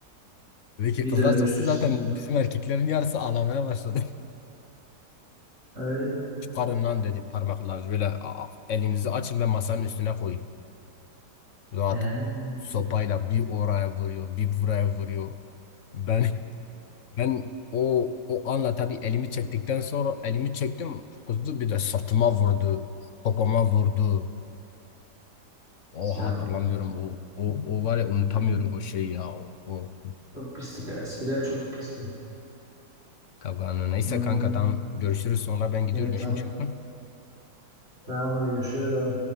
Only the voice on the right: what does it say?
Bir
dövmüştür
seni.
Ay.
He.
Ya.
Hmm.
Çok pisti. Eskiler çok pisti.
Hmm.
Evet
tamam.
Tamam hadi görüşürüz. Bay bay.